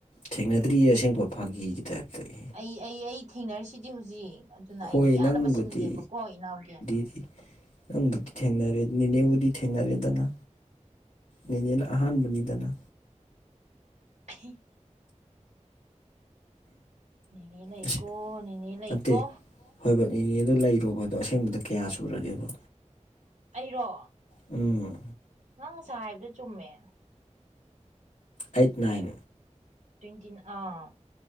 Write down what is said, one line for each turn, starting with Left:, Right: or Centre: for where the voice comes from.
Left: ꯊꯦꯡꯅꯗ꯭ꯔꯤꯌꯦ ꯑꯁꯦꯡꯕ ꯐꯥꯒꯤꯒꯤ ꯇꯥꯏꯞꯇꯒꯤ ꯑꯦ
Right: ꯑꯩ ꯑꯩ ꯑꯩ ꯊꯦꯡꯅꯔꯤꯁꯤꯗꯤ ꯍꯧꯖꯤꯛ ꯑꯗꯨꯅ
Left: ꯍꯣꯏ
Right: ꯑꯩꯅ
Left: ꯅꯪꯕꯨꯗꯤ
Right: ꯌꯥꯅꯕ ꯁꯤꯟꯒꯦꯕ ꯀꯣ ꯏꯅꯥꯎꯒꯤ
Left: <inaudible> ꯑꯩ ꯊꯦꯡꯅꯔꯦ ꯅꯦꯅꯦꯕꯨꯗꯤ ꯊꯦꯡꯅꯔꯦꯗꯅ ꯅꯦꯅꯦꯅ ꯑꯍꯥꯟꯕꯅꯤꯗꯅ
Right: ꯊꯤ ꯅꯦꯅꯦ ꯂꯩꯀꯣ
Left: ꯑꯁ
Right: ꯅꯦꯅꯦ ꯂꯩꯀꯣ
Left: ꯅꯠꯇꯦ ꯍꯣꯏꯕ ꯅꯦꯅꯦꯗꯨ ꯂꯩꯔꯣꯕ ꯑꯗꯨ ꯑꯁꯦꯡꯕꯗ ꯀꯌꯥ ꯁꯨꯔꯒꯦꯕ
Right: ꯑꯩꯔꯣ
Left: ꯎꯝ
Right: ꯅꯪ ꯉꯁꯥꯏ ꯍꯥꯏꯕꯗꯨ ꯆꯨꯝꯃꯦ
Left: ꯑꯩꯠ ꯅꯥꯏꯟ
Right: ꯇ꯭ꯋꯦꯟꯇꯤꯟ ꯑꯥ